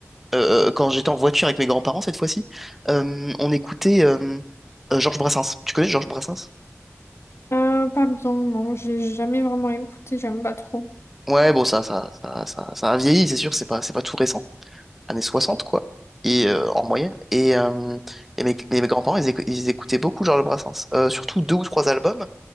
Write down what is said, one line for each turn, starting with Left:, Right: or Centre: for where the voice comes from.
Centre: euh, quand j'étais en voiture avec mes grands-parents cette fois-ci, euh, on écoutait euh, euh, Georges Brassens. Tu connais Georges Brassens?
Left: Euh, pas bien, non, j'ai jamais vraiment écouté, j'aime pas trop.
Centre: Ouais, bon, ça, ça, ça, ça, ça a vieilli, c'est sûr, c'est pas, c'est pas tout récent. années 60, quoi, et, euh, en moyenne. Et, euh, et mes, mes- grands-parents, ils, écou- ils écoutaient beaucoup Georges Brassens, Euh, surtout deux ou trois albums.